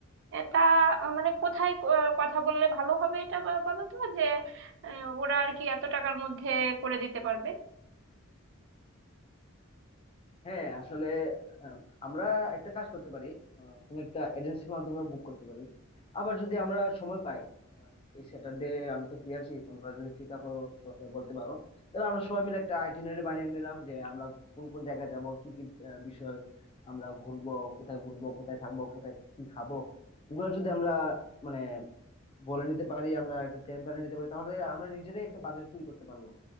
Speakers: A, on the right; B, on the left.
A: এটা আহ, মানে কোথায় ক- আহ, কথা বললে ভালো হবে এটা ব- বলো তো যে আহ, ওরা আর কি এত টাকার মধ্যে করে দিতে পারবে
B: হ্যাঁ আসলে আহ, আমরা একটা কাজ করতে পারি আহ, কোনো একটা এজেন্সির মাধ্যমে বুক করতে পারি আবার যদি আমরা সময় পাই আহ, এই স্যাটারডে আমি তো ফ্রি আছি তোমরা যদি ফ্রি থাকো তাহলে বলতে পারো তাহলে আমরা সবাই মিলে একটা আইটিনারি বানিয়ে নিলাম যে আমরা কোন কোন জায়গায় যাব কি কি আহ, বিষয় আমরা ঘুরবো কোথায় ঘুরবো কোথায় থাকবো কোথায় কি খাবো এগুলো যদি আমরা মানে বলে নিতে পারি আমরা একটা প্ল্যান বানিয়ে নিতে পারি তাহলে আমরা নিজেরাই একটা বাজেট তৈরি করতে পারবো